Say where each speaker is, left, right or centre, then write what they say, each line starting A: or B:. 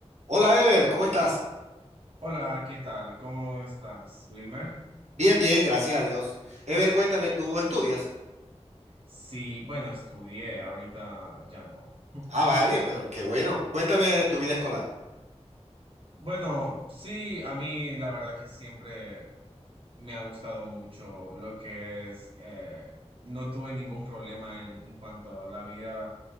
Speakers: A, on the right; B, on the right.
A: Hola, Ever, ¿cómo estás?
B: Hola, ¿qué tal? ¿Cómo estás, Wilmer?
A: Bien, bien, gracias a Dios. Ever, cuéntame, ¿tú estudias?
B: Sí, bueno, estudié, ahorita ya no. <laughs>
A: Ah, vale, pero qué bueno. Cuéntame de tu vida escolar.
B: Bueno, sí, a mí la verdad que siempre me ha gustado mucho lo que es, eh, no tuve ningún problema en, en cuanto a la vida